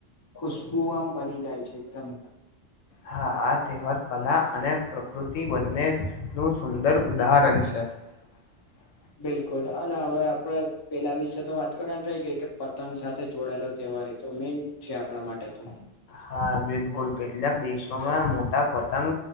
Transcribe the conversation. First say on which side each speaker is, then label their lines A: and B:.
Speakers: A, on the left; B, on the left.
A: ખુશ્બુ આમ બની જાય છે એકદમ.
B: હા આ તહેવાર કલા અને પ્રકૃતિ બંનેનું સુંદર ઉદાહરણ છે. <inaudible>
A: બિલકુલ અને હવે આપડે પેલા વિશે તો વાત કરવાની રહી ગઈ કે પતંગ સાથે જોડાયેલો તહેવાર એ તો મેન છે આપણા માટે તો.
B: હા બિલકુલ કેટલાક દેશોમાં મોટા પતંગ